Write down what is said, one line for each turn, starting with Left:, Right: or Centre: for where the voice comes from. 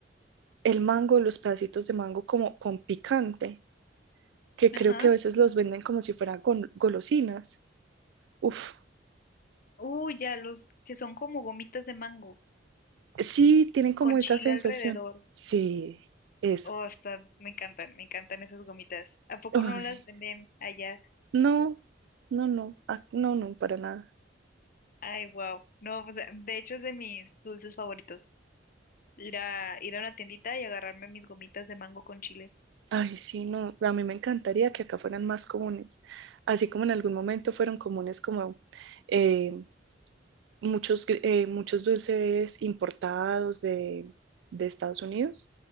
Right: el mango, los pedacitos de mango como con picante, que
Left: Ajá.
Right: creo que a veces los venden como si fueran gol- golosinas. Uf,
Left: Uy, ya, los que son como gomitas de mango,
Right: sí, tienen como
Left: con
Right: esa
Left: chile
Right: sensación.
Left: alrededor.
Right: Sí, eso.
Left: Oh, está, me encantan, me encantan esas gomitas. ¿A poco
Right: Ay,
Left: no las venden allá?
Right: no, no, no, ah, no, no, para nada.
Left: Ay, wow. No, o sea, de hecho es de mis dulces favoritos. ir a, ir a una tiendita y agarrarme mis gomitas de mango con chile.
Right: Ay, sí, no, a mí me encantaría que acá fueran más comunes, así como en algún momento fueron comunes como eh, muchos, gr- eh, muchos dulces importados de, de Estados Unidos